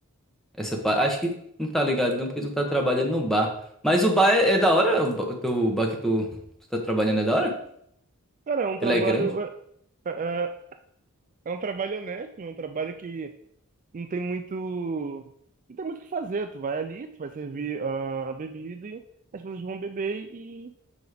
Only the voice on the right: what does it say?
Cara, é um
trabalho.
É, é, é é um trabalho honesto, é um trabalho que não tem muito. Não tem muito o que fazer. Tu vai ali, tu vai servir a, a bebida e as pessoas vão beber e